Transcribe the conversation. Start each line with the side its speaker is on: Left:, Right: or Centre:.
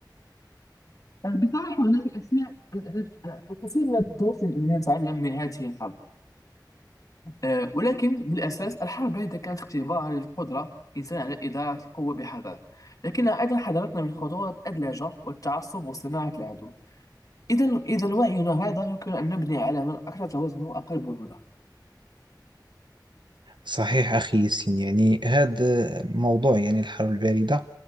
Left: بصراحة هناك أشياء الكثير من الطرق التي نتعلم من هذه الحرب آه، ولكن بالأساس الحرب هذه كانت اختبار للقدرة الإنسان على إدارة القوة بحذر لكنها أيضا حذرتنا من خطورة اللهجة والتعصب وصناعة العدو إذا إذا وعينا هذا يمكن أن نبني على من أكثر توازنا وأقل بنودا
Right: صحيح أخي ياسين يعني هذا موضوع يعني الحرب الباردة